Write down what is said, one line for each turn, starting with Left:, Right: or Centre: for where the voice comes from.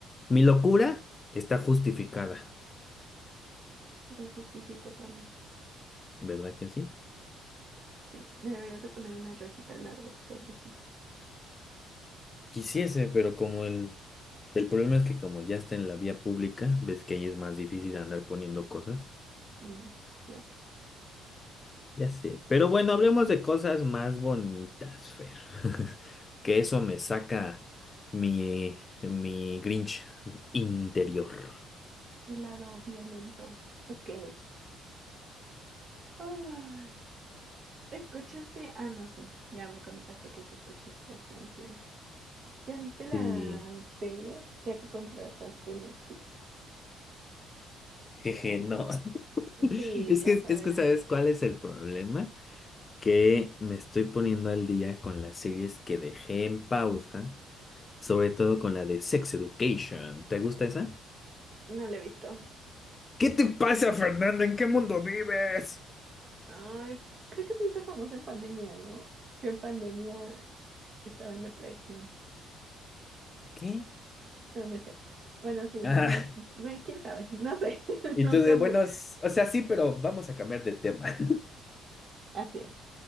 Left: Mi locura está justificada,
Right: Lo justifico también.
Left: ¿verdad que sí?
Right: Sí, le deberías de poner una rejita al árbol, pobrecito.
Left: Quisiese, pero como el, el problema es que como ya está en la vía pública, ves que ahí es más difícil andar poniendo cosas.
Right: Mm, ya,
Left: Ya sé. Pero bueno, hablemos de cosas más bonitas, Fer. <laughs> Que eso me saca mi, mi Grinch interior.
Right: Un lado violento. Ok. Ay, ¿escuchaste? Ah, no, sí. Ya me contaste que sí escuchaste las canciones. ¿Ya viste las
Left: Sí.
Right: series ya que contrataste Netflix?
Left: Jeje,
Right: ¿O no?
Left: no. <laughs>
Right: Sí,
Left: Es
Right: ya
Left: que,
Right: sabía.
Left: es que, ¿sabes cuál es el problema? Que me estoy poniendo al día con las series que dejé en pausa Sobre todo con la de Sex Education. ¿Te gusta esa?
Right: No la he visto.
Left: ¿Qué te pasa, Fernando? ¿En qué mundo vives?
Right: Ay, creo que se hizo famosa en pandemia, ¿no? Yo en pandemia estaba en depresión.
Left: ¿Qué?
Right: No, no es cierto. Bueno, sí,
Left: Ah,
Right: no, no, qui- bueno, quién sabe, no sé, <laughs>
Left: y
Right: nunca
Left: tú de, bueno,
Right: fui.
Left: s- o sea, sí, pero vamos a cambiar de tema. <laughs>
Right: Así es.